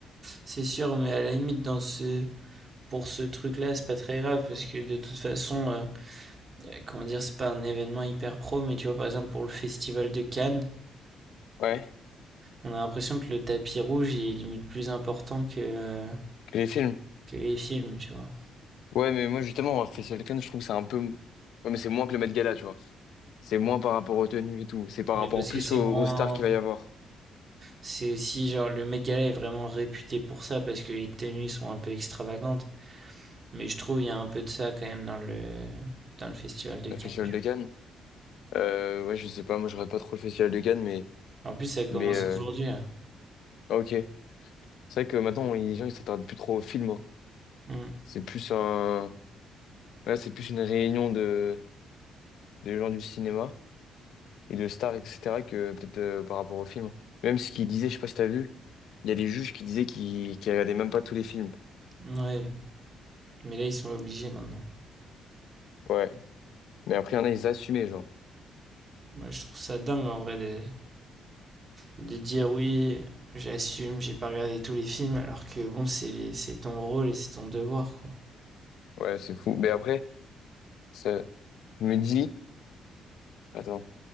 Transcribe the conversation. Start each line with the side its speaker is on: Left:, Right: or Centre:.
Right: C'est sûr, mais à la limite, dans ce... pour ce truc-là, c'est pas très grave, parce que de toute façon... euh, euh, comment dire, c'est pas un événement hyper pro, mais tu vois, par exemple, pour le festival de Cannes,
Left: Ouais,
Right: on a l'impression que le tapis rouge il est limite plus important que, euh,
Left: que les films.
Right: que les films, tu vois.
Left: Ouais, mais moi justement, Facial Can, je trouve que c'est un peu. Ouais, mais c'est moins que le Met Gala, tu vois. C'est moins par rapport aux tenues et tout. C'est par
Right: Mais
Left: rapport
Right: parce
Left: plus
Right: que c'est
Left: aux,
Right: moins.
Left: aux stars qu'il va y avoir.
Right: C'est aussi genre le mec Gala est vraiment réputé pour ça parce que les tenues sont un peu extravagantes. Mais je trouve il y a un peu de ça quand même dans le dans le festival de
Left: Le
Right: Cannes.
Left: Festival
Right: tu
Left: de Cannes. Euh, ouais, je sais pas, moi je regarde pas trop le Festival de Cannes, mais.
Right: vois. En plus ça commence
Left: Mais euh,
Right: aujourd'hui là.
Left: ah, ok. C'est vrai que maintenant, les gens ils s'attardent plus trop aux films. hein.
Right: Mm.
Left: C'est plus un. Là, c'est plus une réunion de, de gens du cinéma et de stars, etc., que peut-être euh, par rapport au film. Même ce qu'ils disaient, je sais pas si t'as vu, il y a des juges qui disaient qu'ils qu'ils regardaient même pas tous les films.
Right: Ouais. Mais là ils sont obligés maintenant.
Left: Ouais. Mais après, il y en a, ils assumaient, genre.
Right: Moi je trouve ça dingue en vrai de, de dire oui, j'assume, j'ai pas regardé tous les films, alors que bon, c'est les- c'est ton rôle et c'est ton devoir, quoi.
Left: Ouais, c'est fou. Mais après, ça, je me dis, attends,